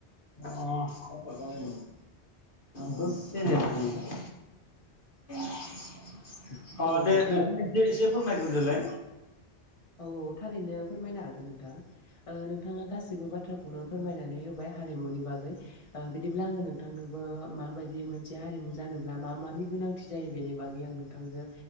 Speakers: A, on the left; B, on the left.
A: अ अ <unintelligible> ददसे नेनांगोन <unintelligible> अ
B: औ
A: दे
B: औ
A: नोंथाङा एसे एसे फोरमायग्रोदोलाय।
B: औ औ थारैनो फोरमायनो हागोन नोंथां। ओ नोंथाङा गासिबो बाथ्राखौनो फोरमायनानै होबाय हारिमुनि बागै। ओ बिदिब्ला आङो नोंथांनोबो माबायदि मोनसे हारिमु जानोब्ला मा मानि गोनांथि जायो बेनि बागै आं नों थांजों